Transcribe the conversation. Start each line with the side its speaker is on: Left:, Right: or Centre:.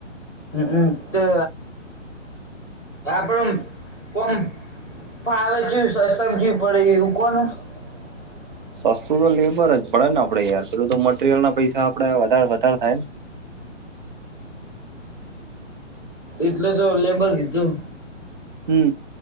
Centre: હું કુ તો આપડુ કામ ફાવચું સમજવી પડે એવું કોને. <inaudible>
Right: સસ્તું તો લેબર જ પડે ને આપડે યાર, પેલું તો મટીરિયલ ના પૈસા આપડે વધારે વધારે થાય ને?
Centre: એટલે તો લેબર કીધું.
Right: હમ